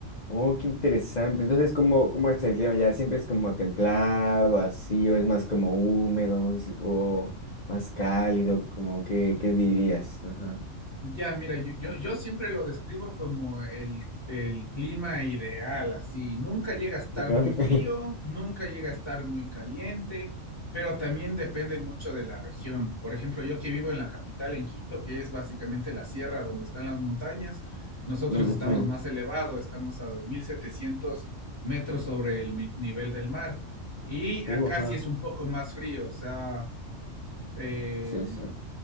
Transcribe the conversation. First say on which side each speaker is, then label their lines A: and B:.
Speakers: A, on the left (about 45°); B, on the left (about 25°).
A: Oh, qué interesante. Entonces, ¿cómo, cómo es el clima? ¿Ya siempre es como templado, así, o es más como húmedo, s- o más cálido? Como, ¿qué, qué dirías? Ajá.
B: Ya, mira, yo, yo,
A: Ok.
B: yo siempre lo describo como el, el clima ideal, así. Nunca llega a estar
A: Ajá.
B: muy frío,
A: <laughs>
B: nunca llega a estar muy caliente, pero también depende mucho de la región. Por ejemplo, yo que vivo en la capital, en Quito, que es básicamente la sierra donde están las montañas, nosotros
A: Ujú.
B: estamos más elevados, estamos a dos mil setecientos metros sobre el mi- nivel del mar. Y acá
A: Uh, ajá.
B: sí es un poco más frío, o sea... eh,
A: Sí, sí.